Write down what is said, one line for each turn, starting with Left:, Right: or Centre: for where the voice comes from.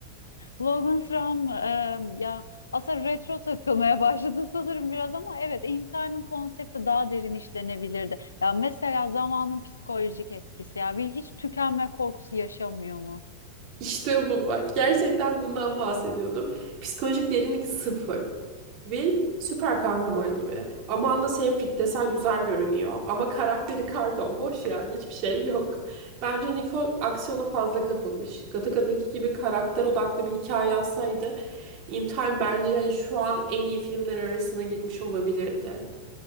Left: Logan's Run em, ya aslında retro takılmaya <laughs> başladı sanırım biraz ama evet In Time'ın konsepti daha derin işlenebilirdi. Ya mesela zamanın psikolojik etkisi ya Will hiç tükenme korkusu yaşamıyor mu?
Right: İşte bu bak. Gerçekten bundan bahsediyordum. Psikolojik derinlik sıfır. Will süper kahraman gibi. Amanda Seyfried desen güzel görünüyor. Ama karakteri karton boş yani hiçbir şey yok. Bence Nicole aksiyona fazla kapılmış. Gataca'daki gibi karakter odaklı bir hikaye yazsaydı In Time bence yani şu an en iyi filmler arasına girmiş olabilirdi.